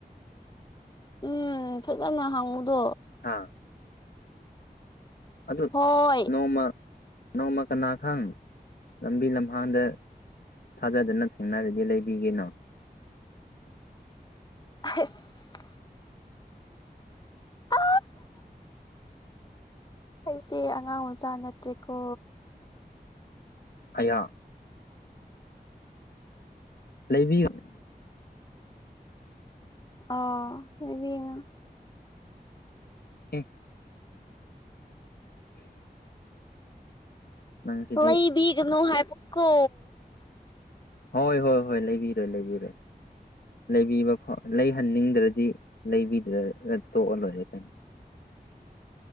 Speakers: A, on the left; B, on the left.
A: ꯎꯝ ꯐꯖꯅ ꯍꯪꯕꯗꯣ
B: ꯍꯥꯥ ꯑꯗꯨ
A: ꯍꯣꯏ
B: ꯅꯣꯡꯃ ꯅꯣꯡꯃ ꯀꯅꯥ ꯈꯪ ꯂꯝꯕꯤ ꯂꯝꯍꯥꯡꯗ ꯊꯥꯖꯗꯅ ꯊꯦꯡꯅꯔꯗꯤ ꯂꯩꯕꯤꯒꯅꯣ
A: ꯑꯁ ꯑꯥ ꯑꯩꯁꯦ ꯑꯉꯥꯡ ꯃꯆꯥ ꯅꯠꯇ꯭ꯔꯦꯀꯣ
B: ꯑꯩꯌꯥ ꯂꯩꯕꯤꯒꯅꯨ
A: ꯑꯣ ꯂꯩꯕꯤꯅꯨ
B: ꯑꯦ <unintelligible> <inaudible> ꯅꯪꯁꯤꯗꯤ
A: ꯂꯩꯕꯤꯒꯅꯨ ꯍꯥꯏꯕ ꯀꯣ
B: ꯍꯣꯏ ꯍꯣꯏ ꯍꯣꯏ ꯂꯩꯕꯤꯔꯣꯏ ꯂꯩꯕꯤꯔꯣꯏ ꯂꯩꯕꯤꯕ ꯐꯥꯎ ꯂꯩꯍꯟꯅꯤꯡꯗ꯭ꯔꯗꯤ ꯂꯩꯕꯤꯗ꯭ꯔꯒ ꯇꯣꯛꯑ ꯂꯣꯏꯔꯦ ꯀꯩꯅꯣ